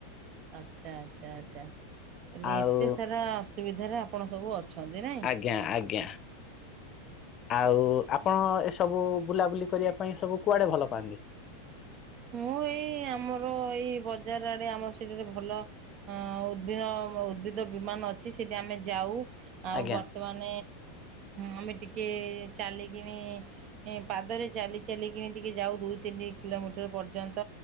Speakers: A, on the right; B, on the left.
A: ଆଚ୍ଛା ଆଚ୍ଛା ଆଚ୍ଛା। କାଲି
B: ଆଉ
A: ଏତେ ସାରା ଅସୁବିଧାରେ ଆପଣ ସବୁ ଅଛନ୍ତି ନାଇଁ
B: ଆଜ୍ଞା ଆଜ୍ଞା। ଆଉ ଆପଣ ଏସବୁ ବୁଲାବୁଲି କରିବା ପାଇଁ ସବୁ କୁଆଡେ ଭଲ ପାଆନ୍ତି।
A: ହୁଁ। ହଁ ଏଇ ଆମର ଏଇ ବଜାର ଆଡେ ଆମର ସେଠି ଭଲ ଉଭିନ ଉଭି ବିମାନ ଅଛି ସେଠି ଆମେ ଯାଉ ଆଉ
B: ଆଜ୍ଞା
A: ବର୍ତ୍ତମାନ ଆମେ ଟିକେ ଟିକଏ ଚାଲିକଣି ପାଦରେ ଚାଲି ଚାଲିିକଣି ଟିକେ ଯାଉ ଦୁଇ ତିନି କିଲୋମିଟର। ପର୍ଯ୍ୟନ୍ତ